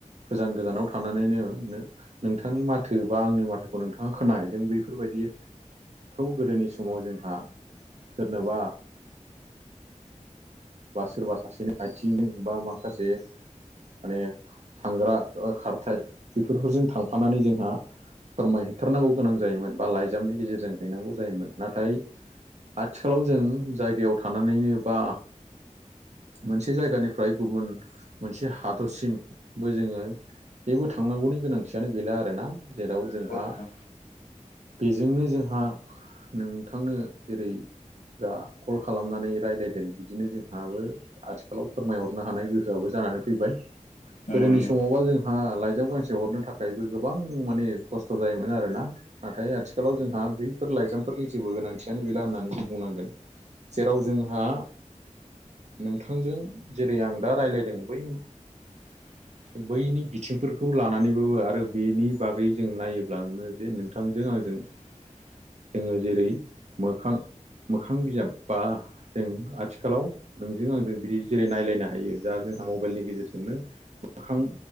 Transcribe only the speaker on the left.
नोंथां
नंगौ
नंगौ
<inaudible>
<inaudible>